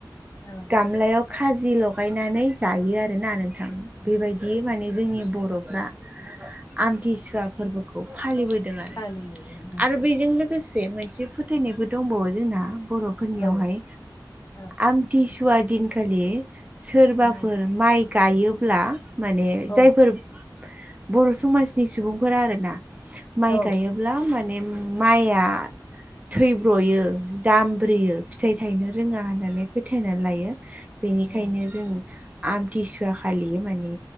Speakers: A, on the left; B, on the right.
A: औ
B: गाम लायाव खाजि लगायनानै जायो आरोना नोंथां।
A: औ
B: बेबायदि माने जोंनि
A: नंगौ
B: बरफ्रा आमथिसुवा फोरबोखौ फालिबो दों आरो।
A: फालियो
B: आरो बेजों लोगोसे मोनसे फोथायनायबो दंबावो जोंहा बर' फोरनियावहाय
A: औ औ
B: आमथिसुवा दिनखालि सोरबाफोर
A: औ
B: माइ गायोब्ला माने
A: औ
B: जायफोर बर' समाजनि सुबुंफोरा आरोना माइ
A: औ
B: गायो ब्ला माने माया थैब्र'यो जामब्रियो फिथाइ थायनो रोङा होननानै फोथायनानै लायो। बेनिखायनो
A: औ
B: जों आमथिसुवा खालि माने